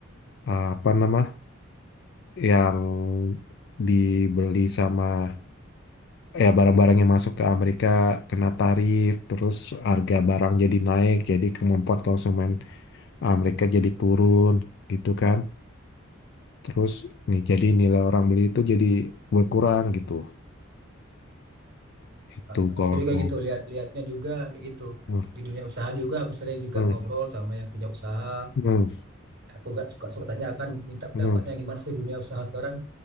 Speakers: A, on the left; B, on the right.
A: eh, apa nama yang dibeli sama ya barang-barang yang masuk ke Amerika kena tarif, terus harga barang jadi naik, jadi kemampuan konsumen Amerika jadi turun gitu kan. Terus nih jadi nilai orang beli itu jadi berkurang gitu. Itu
B: Eh,
A: kalau
B: aku juga gitu lihat lihatnya juga kayak gitu
A: Hmm,
B: di dunia usaha juga aku sering juga
A: hmm,
B: ngobrol sama yang punya usaha
A: hmm,
B: aku gak suka suka tanya akan minta pendapatnya
A: hmm,
B: gimana sih dunia usaha sekarang